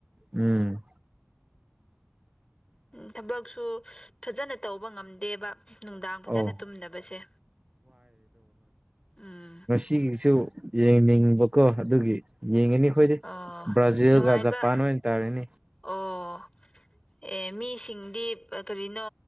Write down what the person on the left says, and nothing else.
ꯎꯝ ꯊꯕꯛꯁꯨ ꯐꯖꯅ ꯇꯧꯕ ꯉꯝꯗꯦꯕꯥ ꯅꯨꯡꯗꯥꯡ ꯐꯖꯅ
ꯇꯨꯝꯗꯕꯁꯦ ꯎꯝ
ꯑꯣ
ꯅꯨꯡꯉꯥꯏꯕ
ꯑꯣ ꯑꯦ ꯃꯤꯁꯤꯡꯗꯤ ꯀꯔꯤꯅꯣ